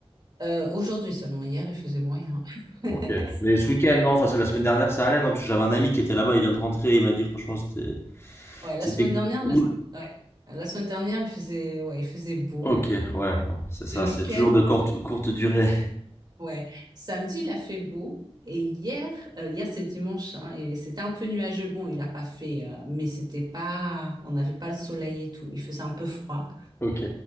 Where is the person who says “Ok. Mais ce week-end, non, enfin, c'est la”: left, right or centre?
Left